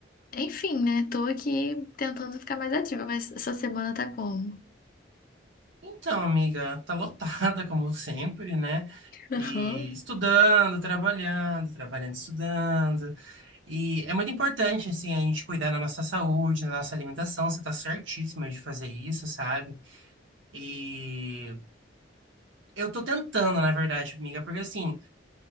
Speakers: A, on the left; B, on the right.
A: enfim, né? Tô aqui tentando ficar mais ativa, mas essa semana tá como?
B: Então, amiga, tá lotada como sempre, né?
A: Aham.
B: E estudando, trabalhando, trabalhando, estudando. E é muito importante, assim, a gente cuidar da nossa saúde, da nossa alimentação. Você tá certíssima de fazer isso, sabe? E eu tô tentando, na verdade, amiga, porque assim.